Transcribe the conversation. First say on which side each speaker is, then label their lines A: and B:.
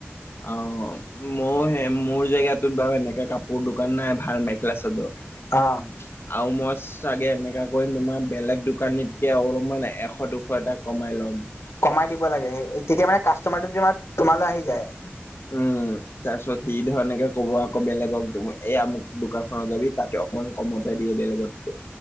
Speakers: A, on the left; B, on the left.
A: অ' মই সে মোৰ জেগটোত বাৰু এনেকাে কাপোৰ দোকান নাই। ভাল মেখেলা চাদৰ
B: অ'।
A: আৰু মই চাগে, এনেকুৱা কৰি তোমাৰ বেলেগ দোকানীতকে অলপমান এশ দুশ এটা কমাই ল'ম।
B: ক'মাই দিব লাগে, সেই তেতিয়া মানে কাষ্টমাৰটো তোমা -তোমালৈ আহি যায়।
A: উম। তাৰ পিছত, সি ধৰ এনেকে ক'ব আকৌ বেলেগক এই আমুক দোকান খনত যাবি তাতে অকমান কমতে দিয়ে বেলেগতকৈ।